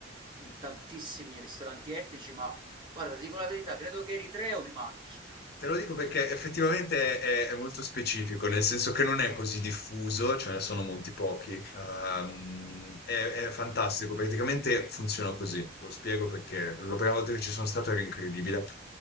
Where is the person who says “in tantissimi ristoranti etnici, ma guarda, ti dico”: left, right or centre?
Right